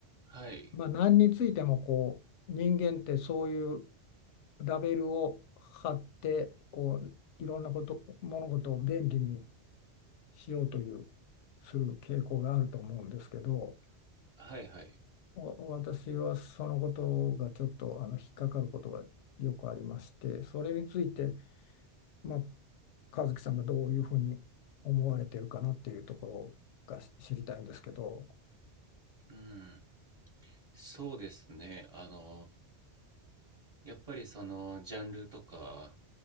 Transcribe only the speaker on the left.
まあ、何についてもこう人間ってそういうラベルを貼ってこういろんなこと物事を便利にしようというする傾向があると思うんですけど
お私はそのことがちょっとあの引っかかることがよくありましてそれについて、まあ、和樹さんがどういうふうに思われてるかなっていうところが知りたいんですけど。